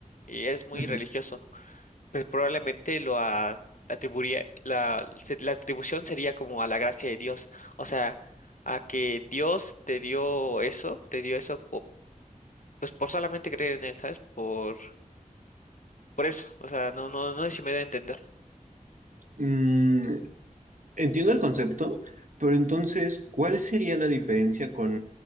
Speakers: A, on the left; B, on the right.
A: y eres muy
B: ujú.
A: religioso, pues probablemente lo a- atribuiría, la, se- la atribución sería como a la gracia de Dios, o sea, a que Dios te dio eso, te dio eso pues por solamente creer en él, ¿sabes? Por, por eso, o sea, no, no, no sé si me da a entender.
B: Mm, entiendo el concepto, pero entonces, ¿cuál sería la diferencia con